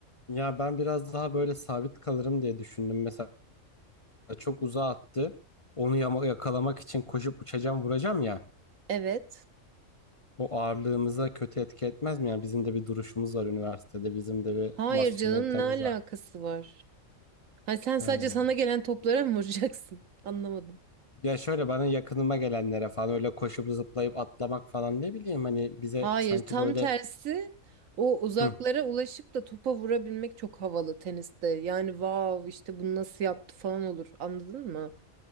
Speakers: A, on the left (about 35°); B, on the right (about 80°).
A: Ya ben biraz daha böyle sabit kalırım diye düşündüm. Mesela çok uzağa attı. Onu yama- yakalamak için koşup uçacağım vuracağım ya.
B: Evet.
A: O ağırlığımıza kötü etki etmez mi? Yani bizim de bir duruşumuz var üniversitede. Bizim de bir
B: Hayır
A: maskülenitemiz
B: canım ne alakası
A: var.
B: var? Hani sen sadece
A: Ha.
B: sana gelen toplara mı vuracaksın? <laughs> Anlamadım.
A: Ya şöyle bana yakınıma gelenlere falan öyle koşup zıplayıp atlamak falan ne bileyim hani bize
B: Hayır,
A: sanki
B: tam
A: böyle
B: tersi. O uzaklara
A: hı,
B: ulaşıp da topa vurabilmek çok havalı teniste. Yani wow işte bunu nasıl yaptı falan olur. Anladın mı?